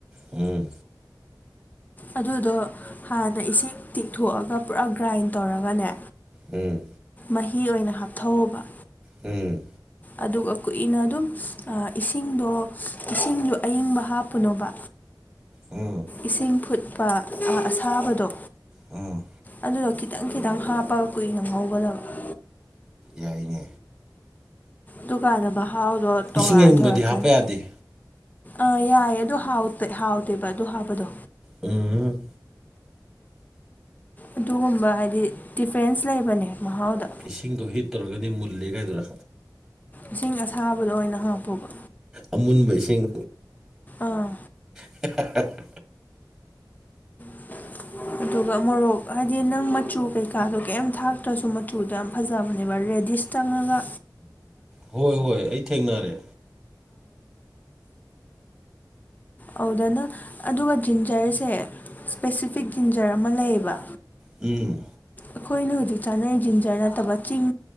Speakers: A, in the centre; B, on the left.
A: ꯎꯝ
B: ꯑꯗꯨꯗꯣ ꯍꯥꯟꯅ ꯏꯁꯤꯡ ꯇꯤꯡꯊꯣꯛꯑꯒ ꯄꯨꯔꯥ ꯒ꯭ꯔꯥꯏꯟ ꯇꯧꯔꯒꯅꯦ
A: ꯎꯝ
B: ꯃꯍꯤ ꯑꯣꯏꯅ ꯍꯥꯞꯊꯧꯕ
A: ꯎꯝ
B: ꯑꯗꯨꯒ ꯀꯨꯏꯅ ꯑꯗꯨꯝ ꯏꯁꯤꯡꯗꯣ ꯏꯁꯤꯡꯗꯣ ꯑꯏꯪꯕ ꯍꯥꯞꯄꯨꯅꯣꯕ
A: ꯎꯝ
B: ꯏꯁꯤꯡ ꯐꯨꯠꯄ ꯑꯁꯥꯕꯗꯣ
A: ꯎꯝ
B: ꯑꯗꯨꯗꯣ ꯈꯤꯇꯪ ꯈꯤꯇꯪ ꯍꯥꯞꯄꯒ ꯀꯨꯏꯅ ꯉꯧꯒꯗꯕ ꯎꯝ
A: ꯌꯥꯏꯅꯦ
B: ꯗꯨꯀꯥꯟꯗ ꯃꯍꯥꯎꯗꯣ ꯇꯣꯉꯥꯟꯊꯣꯔꯛꯀꯅꯤ
A: ꯏꯁꯤꯡ ꯑꯏꯪꯕꯗꯤ ꯍꯥꯞꯄ ꯌꯥꯗꯦ
B: ꯑꯥ ꯌꯥꯏꯌꯦ ꯑꯗꯨ ꯍꯥꯎꯗꯦꯕ ꯑꯗꯨ ꯍꯕꯗꯣ
A: ꯎꯝ
B: ꯑꯗꯨꯒꯨꯝꯕ ꯍꯥꯏꯗꯤ ꯗꯤꯐ꯭ꯔꯦꯟꯁ ꯂꯩꯕꯅꯦ ꯃꯍꯥꯎꯗ
A: ꯏꯁꯤꯡꯗꯣ ꯍꯤꯠ ꯇꯧꯔꯒꯗꯤ ꯃꯨꯜꯂꯦꯒꯥꯏꯗꯨꯔ
B: ꯏꯁꯤꯡ ꯑꯁꯥꯕꯗ ꯑꯣꯏꯅ ꯍꯥꯞꯄꯣꯕ
A: ꯑꯃꯨꯟꯕ ꯏꯁꯤꯡ
B: ꯑꯥ
A: <inaudible>
B: <inaudible> ꯑꯗꯨꯒ ꯃꯣꯔꯣꯛ ꯍꯥꯏꯗꯤ ꯅꯪ ꯃꯆꯨ ꯀꯩꯀꯥꯗꯣ ꯀꯔꯤꯝ ꯊꯥꯛꯇ꯭ꯔꯁꯨ ꯃꯆꯨꯗꯣ ꯌꯥꯝ ꯐꯖꯕꯅꯦꯕ ꯔꯦꯗꯤꯁ ꯆꯉꯒ
A: ꯍꯣꯏ ꯍꯣꯏ ꯑꯩ ꯊꯦꯡꯅꯔꯦ
B: ꯑꯧꯗꯅ ꯑꯗꯨꯒ ꯖꯤꯟꯖꯔꯁꯦ ꯁ꯭ꯄꯦꯁꯤꯐꯤꯛ ꯖꯤꯟꯖꯔ ꯑꯃ ꯂꯩꯌꯦꯕ
A: ꯎꯝ
B: ꯑꯩꯈꯣꯏꯅ ꯍꯧꯖꯤꯛ ꯆꯠꯅꯩ ꯖꯤꯟꯖꯔ ꯅꯠꯇꯕ ꯆꯤꯡ